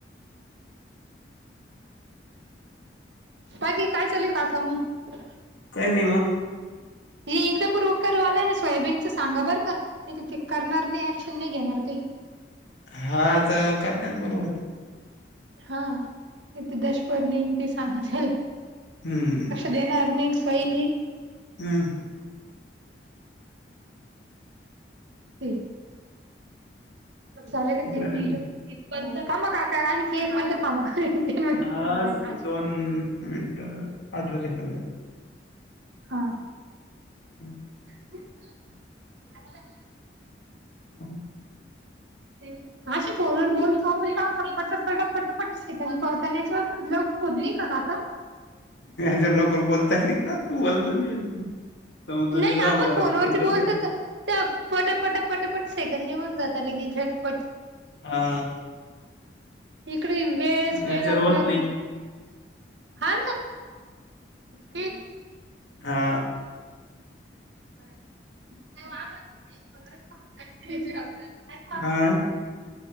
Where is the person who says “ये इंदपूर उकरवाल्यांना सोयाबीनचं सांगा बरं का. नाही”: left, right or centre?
Right